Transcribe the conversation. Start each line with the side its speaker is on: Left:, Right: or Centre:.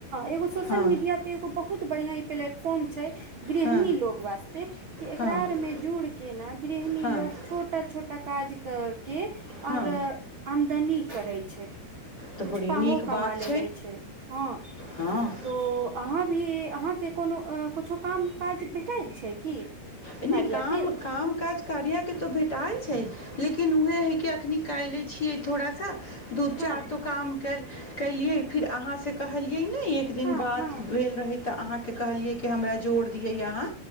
Right: एगो सोशल
Left: हँ
Right: मीडिया पे एगो बहुत बढ़िआ पलेट फार्म छै गृहिणी
Left: हँ
Right: लोग वास्ते कि एकरा
Left: हँ
Right: आरमे जुड़ के ने गृहिणी
Left: हँ
Right: लोग छोटा छोटा काज करके आओर
Left: हँ
Right: आमदनी करै छै
Left: तऽ
Right: कुछु
Left: बड़ी
Right: पाहो
Left: नीक
Right: कमा
Left: बात
Right: लेबे छै हँ
Left: हँ
Right: तो अहाँ भी अहाँ के कोनो कुछो काम काज भेटैल छै की
Left: नहि
Right: कार्या
Left: काम
Right: के
Left: काम काज कार्या के तो भेटाइ छै लेकिन उहे है कि निकालिलै छियै थोड़ा सा दू चार
Right: हँ
Left: ठो काम कयलियै फिर अहाँ सँ कहल ई नइ एक दिन
Right: हँ
Left: बात
Right: हँ
Left: भेल रहे त आहाँ के कहलियै कि हमरा जोड़ दियै अहाँ